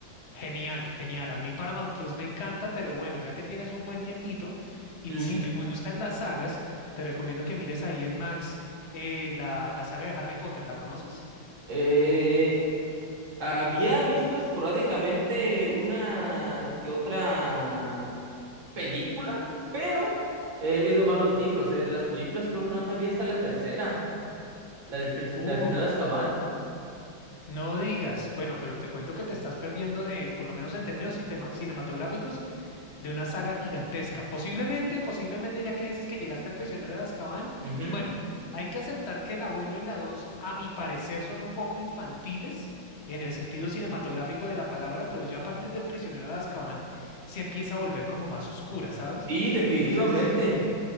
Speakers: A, on the left; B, on the right.
A: Genial, genial. A mí Paramount Plus me encanta, pero bueno, ya que tienes un buen tiempito y
B: Ujú.
A: si te gu- gustan las sagas, te recomiendo que mires ahí en Max eh, la, la saga de Harry Potter. ¿La conoces?
B: Eh, había visto esporádicamente una que otra película, pero he leído más los libros. Eh, de las películas creo que no me vi hasta la tercera, la del, prin-
A: Uh,
B: la del prisionero de Azkaban.
A: no digas. Bueno, pero te cuento que te estás perdiendo de, por lo menos en términos citema- cinematográficos, de una saga gigantesca. Posiblemente, posiblemente, ya que dices que llegaste al prisionero de Azkaban,
B: Ujú.
A: bueno, hay que aceptar que la uno y la 2 a mi parecer, son un poco infantiles en el sentido cinematográfico de la palabra, pero ya a partir del prisionero de Azkaban se empieza a volver como más oscura, ¿sabes?
B: Sí, definitivamente.
A: Entonces, sí,